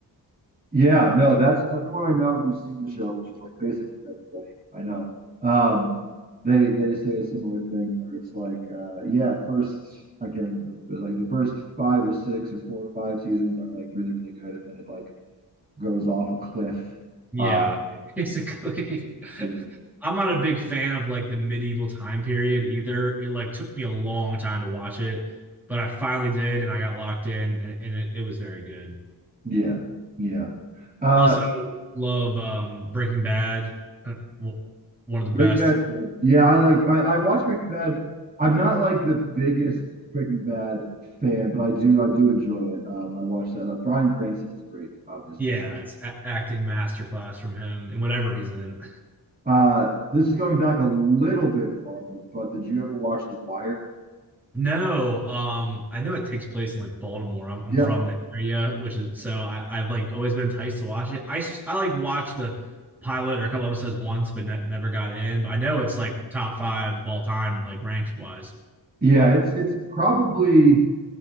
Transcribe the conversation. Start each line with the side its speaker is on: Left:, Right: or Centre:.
Right: Yeah, no, that's everyone I know who's seen the show, which is like basically everybody I know. Um, they they say a similar thing where it's like, uh, yeah, first I can't remember, but like the first five or six or four or five seasons are like really really good, and then it like goes off a cliff.
Centre: Yeah,
Right: Uh,
Centre: basically.
Right: it's, yeah,
Centre: <laughs> I'm not a big fan of like the medieval time period either. It like took me a long time to watch it, but I finally did, and I got locked in, and, and it, it was very good.
Right: yeah, yeah. Uh,
Centre: I also love um, Breaking Bad, uh, w- one of the
Right: Breaking
Centre: best.
Right: Bad's good. Yeah, I like I, I watch Breaking Bad. I'm not like the biggest Breaking Bad fan, but I do I do enjoy it. Um, I watch that. Uh, Bryan Cranston is great, obviously.
Centre: Yeah, it's a- acting masterclass from him in whatever he's in.
Right: Uh, this is going back a little bit farther, but did you ever watch The Wire?
Centre: No, um, I know it takes place in like Baltimore. I'm, I'm
Right: Yep.
Centre: from the area, which is so I, I've like always been enticed to watch it. I, s- I like watched the pilot or a couple episodes once, but ne never got in. But I know it's like top five of all time, like ranks wise.
Right: Yeah, it's it's probably